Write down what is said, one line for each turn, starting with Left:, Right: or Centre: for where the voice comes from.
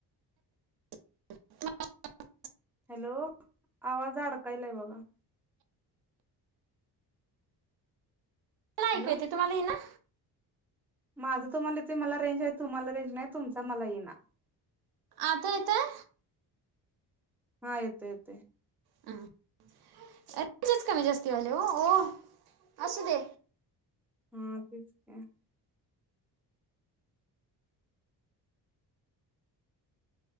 Right: <inaudible>
Centre: हॅलो आवाज अडकायलाय बघा.
Right: मला
Centre: हॅलो
Right: ऐकू येतय तुम्हाला यईना.
Centre: माझं तुम्हाला येतोय मला रेंज हाय. तुम्हाला रेंज नाय तुमचा मला येई ना.
Right: आता येतोय.
Centre: हा येतोय येतोय.
Right: <unintelligible> कमी जास्ती ओ हो असू दे.
Centre: हा तेच की.